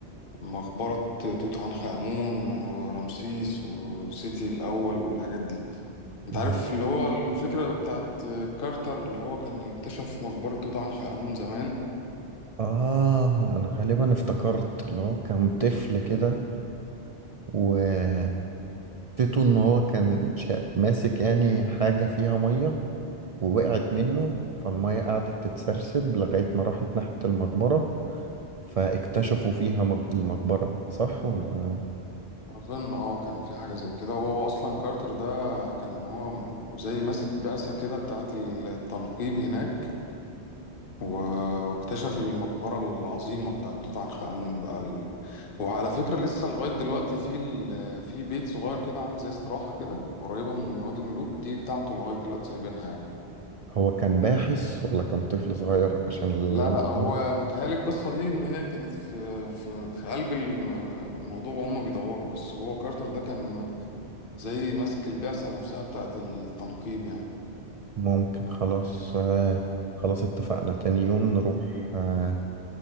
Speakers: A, on the left; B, on the right.
A: مقبرة توت عنخ آمون ورمسيس وسيتي الأول والحاجات دي انت عارف
B: ده-
A: اللي هو الفكرة بتاعت كارتر اللي هو كان اكتشف مقبرة توت عنخ آمون زمان
B: اه انا غالبا افتكرت اللي هو كان طفل كده وقصته ان هو كان شا- ماسك يعني حاجة فيها مية ووقعت منه فالمية قعدت تتسرسب لغاية ما راحت ناحية المقبرة فاكتشفوا فيها مج- المقبرة صح ولا
A: أظن أه كان في حاجة زي كده وهو أصلا كارتر ده كان هو زي ماسك بعثة كده بتاعة التنقيب هناك و- واكتشف المقبرة العظيمة بتاعة توت عنخ آمون بقى ال... وعلى فكرة لسه لغاية دلوقتي في ال... في بيت صغير كده عامل زي استراحة كده قريبة من وادي الملوك دي بتاعته لغاية دلوقتي سايبينها يعني
B: هو كان باحث ولا كان طفل صغير عشان اللي
A: لا
B: أنا-
A: لا هو متهيألي القصة دي إن هي كانت في في في قلب الم- الموضوع وهم بيدوروا بس هو كارتر ده كان زي ماسك البعثة نفسها بتاعة التنقيب يعني
B: ممكن خلاص آه، خلاص اتفقنا تاني يوم نروح آه،